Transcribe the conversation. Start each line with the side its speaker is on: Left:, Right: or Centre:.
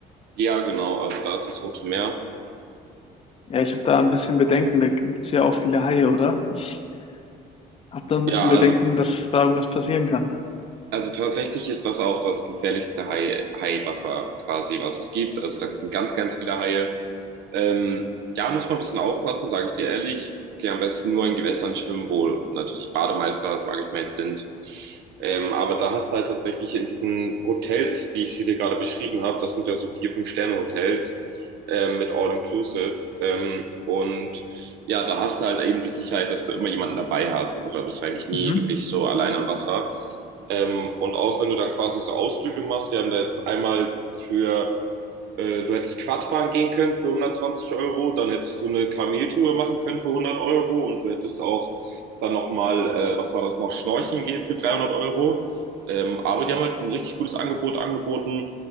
Right: Ja, genau, also da ist das Rote Meer.
Left: Ja, ich habe da ein bisschen Bedenken. Da gibt es ja auch viele Haie, oder? Ich habe da ein
Right: Ja,
Left: bisschen Bedenken,
Right: also
Left: dass da irgendwas passieren kann.
Right: Also tatsächlich ist das auch das gefährlichste Hai, Haiwasser quasi, was es gibt. Also da sind ganz, ganz viele Haie. Ähm, ja, muss man ein bisschen aufpassen, sage ich dir ehrlich. Geh am besten nur in Gewässern schwimmen, wo natürlich Bademeister, sage ich mal, jetzt sind. Ähm, aber da hast du halt tatsächlich in diesen Hotels, wie ich sie dir gerade beschrieben habe, das sind ja so vier, fünf Sterne Hotels ähm, mit All Inclusive. Ähm, und ja, da hast du halt eben die Sicherheit, dass du immer jemanden dabei hast. Also da bist du eigentlich nie
Left: Mhm.
Right: wirklich so allein am Wasser. Ähm, und auch wenn du da quasi so Ausflüge machst, wir haben da jetzt einmal für, äh, du hättest Quad fahren gehen können für 120 Euro, dann hättest du eine Kameltour machen können für 100 Euro und du hättest auch dann nochmal, äh, was war das noch, Schnorcheln gehen für 300 Euro. Ähm, aber die haben halt ein richtig gutes Angebot angeboten.